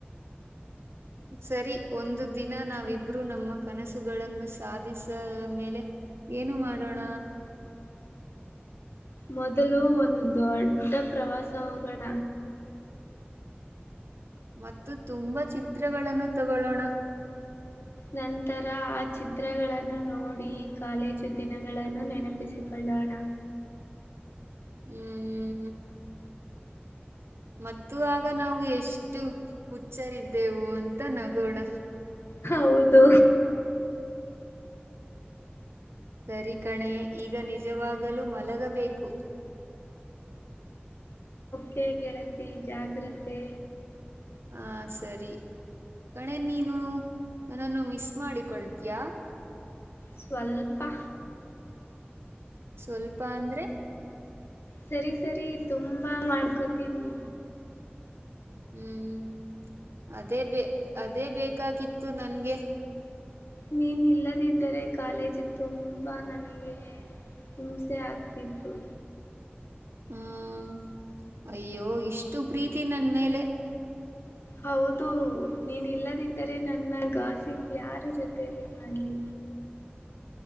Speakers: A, on the right (about 80°); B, on the left (about 75°).
A: ಸರಿ ಒಂದು ದಿನ ನಾವಿಬ್ರುೂ ನಮ್ಮ ಕನಸುಗಳನ್ನು ಸಾಧಿಸ ಮೇಲೆ ಏನು ಮಾಡೋಣ
B: ಮೊದಲು ಒಂದು ದೊಡ್ಡ ಪ್ರವಾಸ ಹೋಗೋಣ
A: ಮತ್ತು ತುಂಬಾ ಚಿತ್ರಗಳನ್ನು ತಗೊೊಳ್ಳೋಣ
B: ನಂತರ ಆ ಚಿತ್ರಗಳನ್ನು ನೋಡಿ ಕಾಲೇಜು ದಿನಗಳನ್ನು ನೆನಪಿಸಿಕೊಳ್ಳ ಲ್ಲಣ
A: ಹ್ಮ್ ಮ ಆಗ ನಾವು ಎಷ್ಟು ಹುಚ್ಚಾರಿದ್ದೆವು ಅಂತ ನಗೋಣ
B: ಹೌದು
A: ಸರಿ ಕಣೆ ಈಗ ನಿಜವಾಗಲೂ ಮಲಗಬೇಕು
B: ಕೆ ಗೆಳತಿ ಜಾಗ್ರತೆ
A: ಹಾ ಸರಿ ಕಣೆನ್ ನೀನು ನನ್ನನ್ನು ಮಿಸ್ ಮಾಡಿಕೊಳ್ತೀಯ
B: ಸ್ವಲ್ಪ
A: ಸ್ವಲ್ಪ ಅಂದ್ರೆ
B: ಸರಿ ಸರಿ ತುಂಬಾ ಮಾಡ್ಕೊತೀನಿ
A: ಹ್ಮ್ ಅದೇ ಬ ಅದೇ ಬೇಕಾಗಿತ್ತು ನನ್ಗೆ
B: ನೀಏನ ಇಲ್ಲದಿದ್ದರೆ ಕಾಲೇಜ್ ತುಂಬಾ ನನಗೆ ಹಿಂಸೆ ಆಗ್ತಿತ್ತು
A: ಹ್ಮ ಅಯ್ಯೋ ಇಷ್ಟು ಪ್ರೀತಿ ನನ್ ಮೇಲೆ
B: ಹೌದು ನೀನ್ ಇಲ್ಲದಿದ್ದರೆ ನನ್ನ ಗಾಸಿಪ್ ಯಾರ ಜೊತೆಯಲ್ಲಿ ಮಾಡ್ಲಿ
A: ಹಮ್